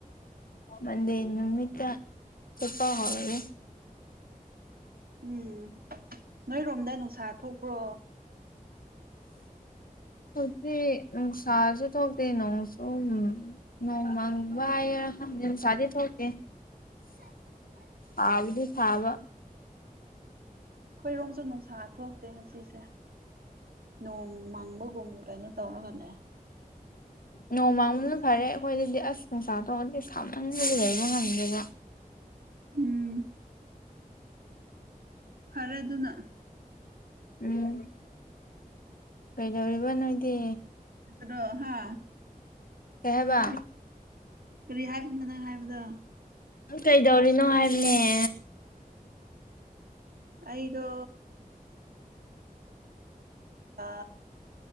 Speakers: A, on the left; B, on the right.
A: ꯃꯟꯗꯦ ꯅꯨꯃꯤꯠꯇ ꯆꯠꯄ ‌ꯍꯧꯔꯒꯦ
B: ꯎꯝ ꯅꯣꯏꯔꯣꯝꯗ ꯅꯨꯡꯁꯥ ꯊꯣꯛꯄ꯭ꯔꯣ <inaudible>
A: ꯊꯣꯛꯇꯦ ꯅꯪꯁꯥꯁꯨ‌ ꯊꯣꯛꯇꯦ ꯅꯣꯡꯁꯨ ꯎꯝ ꯅꯣꯡꯃꯪꯕ ꯍꯥꯏꯒꯦꯔ‌‌‌ꯈꯪꯗꯦ ꯅꯪꯁꯥꯗꯤ‌ ꯊꯣꯛꯇꯦ
B: <inaudible>
A: ꯑꯥꯒꯤꯗꯤ ꯐꯥꯕ
B: ꯑꯩꯈꯣꯏꯔꯣꯝꯁꯨ ꯅꯨꯡꯁꯥ ꯊꯣꯛꯛꯇꯦ ꯉꯁꯤꯁꯦ ꯅꯣꯡ ꯃꯥꯡꯕꯒꯨꯝ ꯀꯩꯅꯣ ꯇꯧꯔꯒ ꯂꯩ
A: ꯅꯣꯡꯃꯥꯡꯕꯗ ꯐꯔꯦ ꯑꯩꯈꯣꯏꯗꯗꯤ ꯑꯁ ꯅꯨꯡꯁꯥ ꯇꯣꯗꯤ ꯈꯃꯟꯕꯗꯤ ꯂꯩꯕ ꯉꯝꯗꯦꯕ
B: ꯎꯝ ꯐꯔꯦ ꯑꯗꯨꯅ
A: ꯎꯝ ꯀꯩꯗꯧꯔꯤꯕ ꯅꯣꯏꯗꯤ
B: ꯭ꯔꯣ ꯍꯥ
A: ꯀꯩ‌‌‌ ꯍꯥꯏꯕ
B: ꯀꯔꯤ ꯀꯔꯤ ꯍꯥꯏꯕꯅꯣ ꯅꯪ ꯍꯥꯏꯕꯗꯣ
A: ꯅꯪ ꯀꯩꯗꯧꯔꯤꯅꯣ ꯍꯥꯏꯕꯅꯦ
B: ꯑꯩꯗꯣ ꯑ